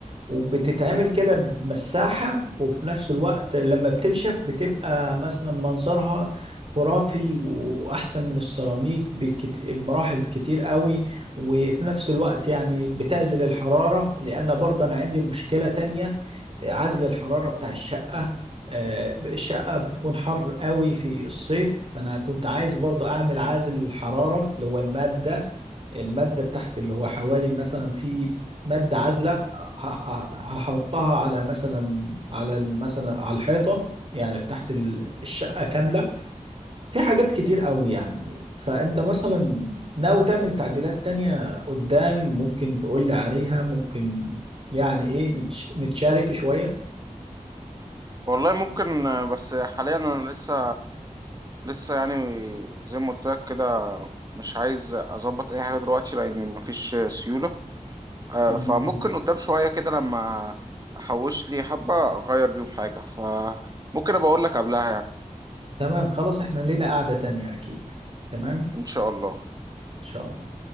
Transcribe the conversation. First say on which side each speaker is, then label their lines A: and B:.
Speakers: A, on the right; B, on the right.
A: وبتتعمل كده بمساحة وفي نفس الوقت لما بتنشف بتبقى مثلا منظرها خرافي واحسن من السيراميك بكت- بمراحل كتير قوي وفي نفس الوقت يعني بتعزل الحرارة لان برضه انا عندي مشكلة تانية عزل الحرارة بتاع الشقة آه، الشقة بتكون حر قوي في الصيف فأنا كنت عايز برضو أعمل عازل الحرارة اللي هو المادة المادة بتاعت اللي هو حوالي مثلا في مادة عازلة ه- ه- هحطها على مثلا على ال- مثلا على الحيطة يعني بتاعت ال- الشقة كاملة في حاجات كتير قوي يعني فأنت مثلا ناوي تعمل تعديلات تانية قدام ممكن تقولي عليها ممكن يعني إيه نتش- نتشارك شوية
B: والله ممكن آه، بس حاليا أنا لسه لسه يعني زي ما قلت لك كده مش عايز أظبط أي حاجة دلوقتي لأن مفيش سيولة آه،
A: م- م.
B: فممكن قدام شوية كده لما أحوش لي حبة أغير بيهم حاجة فممكن أبقى أقول لك قبلها يعني
A: تمام خلاص احنا لينا قعدة تانية اكيد تمام ان
B: إن شاء الله
A: شاء الله